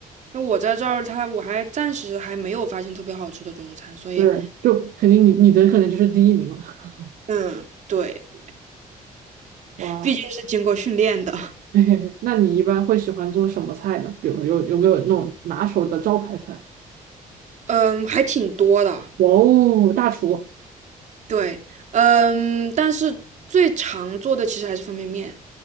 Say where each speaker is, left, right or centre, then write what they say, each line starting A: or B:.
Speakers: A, on the right (about 55°); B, on the right (about 75°).
A: 那我在这儿，他我还暂时还没有发现特别好吃的中餐，所以，
B: 对，就肯定你你的可能就是第一名了。<laughs>
A: 嗯，对，
B: 哇。
A: 毕竟是经过训练的，
B: <laughs> 嘿嘿嘿，那你一般会喜欢做什么菜呢？比如有有没有那种拿手的招牌菜？
A: 嗯，还挺多的，
B: 哇哦，大厨，
A: 对，嗯，但是最常做的其实还是方便面，